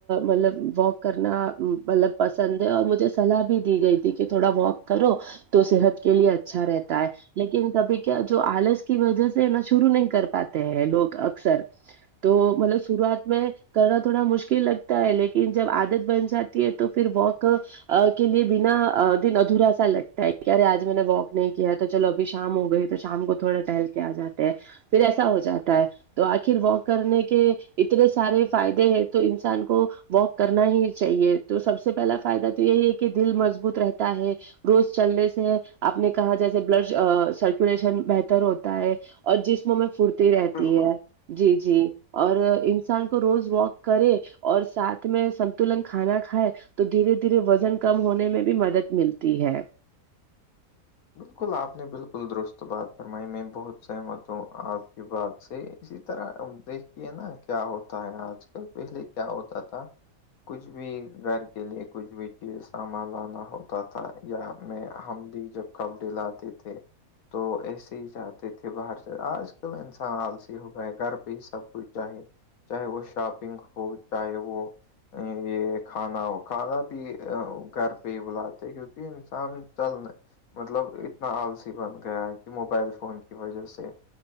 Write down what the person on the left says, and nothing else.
بالکل
بالکل آپ نے بالکل درست بات فرمائی میں بہت سہمت ہوں آپ کی بات سے اسی طرح دیکھے نا کیا ہوتا ہے آج کل پہلے کیا ہوتا تھا کچھ بھی گھر کے لیے کچھ بھی چیز سامان لانا ہوتا تھا یا میں ہم بھی جب کپڑے لاتے تھے تو ایسے ہی چاہتے تھے باہر سے آج کل انسان آلسی ہو گئے گھر پہ ہی سب کچھ چاہیے چاہے وہ شاپنگ ہو چاہے وہ یہ کھانا ہو کھانا بھی گھر پہ ہی بلاتے کیونکہ انسان چلنے مطلب اتنا آلسی بن گیا ہے کہ موبائل فون کی وجہ سے